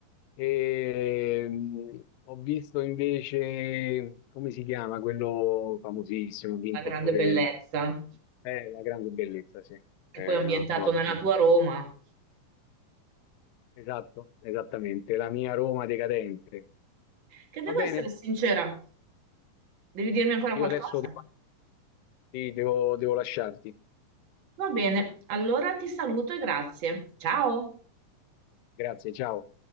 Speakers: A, on the left (about 90°); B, on the right (about 40°).
A: E, mh, ho visto invece, come si chiama, quello famosissimo, ha vinto
B: La grande
A: pure
B: bellezza.
A: eh, La grande bellezza, sì.
B: che
A: Eh,
B: poi è ambientato
A: no, no,
B: nella tua Roma,
A: esatto, esattamente, la mia Roma decadente.
B: che devo
A: Va bene,
B: essere sincera, devi dirmi ancora
A: io
B: qualcosa?
A: adesso devo, sì, devo devo lasciarti.
B: Va bene, allora ti saluto e grazie. Ciao.
A: Grazie, ciao.